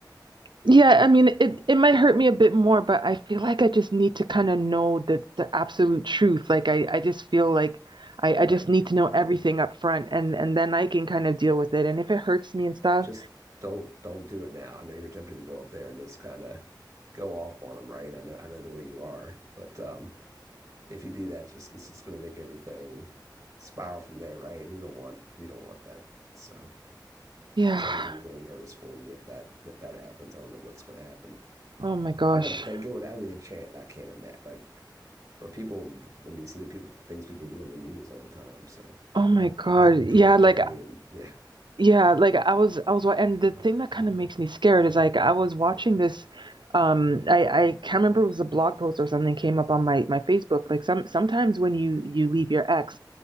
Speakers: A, on the right (about 75°); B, on the right (about 40°).
A: Yeah, I mean, it it might hurt me a bit more, but I feel like I just need to kind of know the the absolute truth. Like I I just feel like I I
B: right,
A: just need to know everything
B: right.
A: up front and and then I can kind of deal with it. And if it hurts me and stuff,
B: Just don't don't do it now. I know you're tempted to go up there and just kind of go off on them, right? I know I know the way you are, but um if you do that, just it's just gonna make everything spiral from there, right? And we don't want we don't want that. So,
A: yeah.
B: because I'm gonna be really nervous for you if that if that happens. I don't know what's gonna happen.
A: Oh my gosh.
B: I don't think it would. I mean, the chance I can't imagine. Like But people, I mean, you see the people, things people do on the news all the time. So
A: Oh my God. Yeah,
B: 2020
A: like
B: and <laughs> yeah,
A: yeah, like I was I was wa- and the thing that kind of makes me scared is like I was watching this um I I can't remember it was a blog post or something came up on my my Facebook. Like some sometimes when you you leave your ex